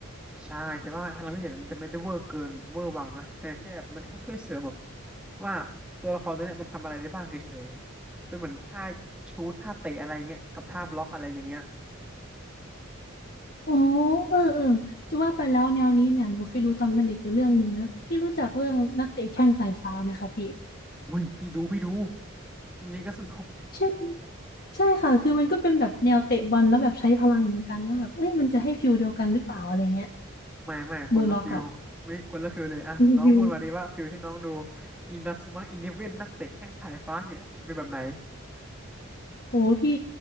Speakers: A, in the centre; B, on the left.
A: ใช่แต่ว่าพลังพิเศษมันจะไม่ได้เวอร์เกินเวอร์วังนะแต่แค่แบบมันแค่ช่วยเสริมแบบว่าตัวละครตัวเนี้ยมันทำอะไรได้บ้างเฉยๆเป็นเหมือนท่าชูตท่าเตะอะไรเงี้ยกับท่าบล็อกอะไรอย่างเงี้ย
B: โอ้เออเออจะว่าไปแล้วแนวนี้เนี่ยหนูเคยดูตอนเป็นเด็กอยู่เรื่องหนึ่งนะพี่รู้จักเรื่องนักเตะแข้งสายฟ้าไหมคะพี่
A: อุ้ยพี่ดูพี่ดูอันนี้ก็สนุก
B: ใช่ใช่ค่ะคือมันก็เป็นแบบแนวเตะบอลแล้วแบบใช้พลังเหมือนกันแล้วแบบเอ้ยมันจะให้ฟิลเดียวกันหรือเปล่าอะไรเงี้ย
A: ไม่ไม่คนละฟิลไม่คนละฟิลเลยอ่ะน้องพูดมาดีว่าฟิลที่น้องดู
B: บูลล็อกอะคุณฟิล
A: อินา u ุมะอีเลฟเว่นนักเตะแข้งสายฟ้าเนี่ยมันเป็นแบบไหน
B: โหพี่